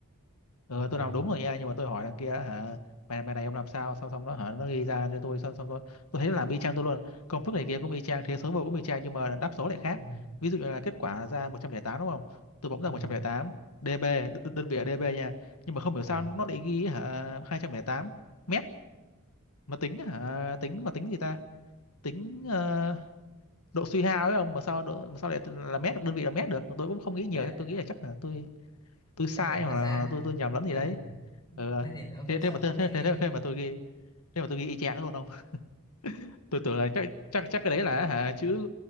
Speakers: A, on the left (about 80°); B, on the left (about 20°).
A: ừ,
B: à,
A: tôi làm đúng rồi nha nhưng mà tôi hỏi thằng kia đó, hả mày mày này ông làm sao xong xong nó hả nó ghi ra cho tôi xong xong tôi tôi thấy nó làm y chang tôi luôn công thức này kia cũng y chang thế số vô cũng y chang nhưng mà đáp số lại khác
B: ừ,
A: ví dụ như là kết quả ra 108 đúng không tôi bấm ra
B: ừ.
A: một trăm lẻ tám dB đ- đơn vị là dB nha nhưng mà không hiểu
B: Ờ,
A: sao nó lại ghi hả 208 mét mà tính hả tính mà tính gì ta tính ờ, độ suy hao ấy không mà sao độ, mà sao lại là mét đơn vị là mét được tôi cũng không nghĩ nhiều
B: thế
A: tôi nghĩ là chắc là tôi tôi sai
B: thế thì nó
A: hoặc
B: sai
A: là, hoặc là tôi tôi
B: <laughs>
A: nhầm lẫn gì
B: thế,
A: đấy ừ, ừ.
B: thế thì ông sẽ
A: thế thế
B: sao
A: mà
B: ông
A: thế thế
B: suy nghĩ
A: thế, thế mà tôi ghi thế mà tôi ghi y chang luôn không <laughs> tôi tưởng là chắc chắc chắc cái đấy là hả chữ